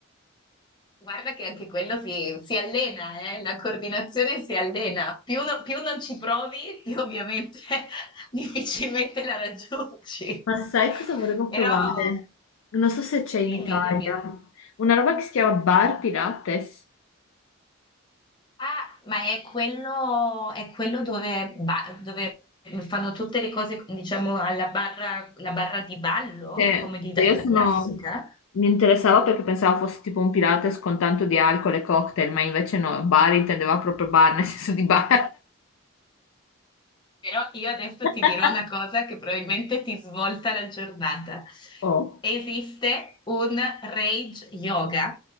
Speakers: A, on the left (about 20°); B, on the left (about 75°).
A: Guarda che anche quello si, si allena, eh, La coordinazione si allena. Più, no- più non ci provi, più ovviamente <laughs> difficilmente la raggiungi.
B: Ma
A: <laughs>
B: sai cosa volevo
A: Però
B: provare? Non so se c'è in
A: Dimmi,
B: Italia.
A: dimmi.
B: Una roba che si chiama Bar Pilates.
A: Ah, ma è quello, è quello dove, ba- dove fanno tutte le cose, diciamo, alla barra, la barra di ballo,
B: Che
A: come di danza
B: che io sono...
A: classica?
B: Mi interessava perché pensavo fosse tipo un Pilates con tanto di alcol e cocktail, ma invece no, bar intendeva proprio bar, nel senso di bar.
A: Però io adesso
B: <laughs>
A: ti dirò una cosa che probabilmente ti svolta la giornata.
B: Oh,
A: Esiste un rage yoga,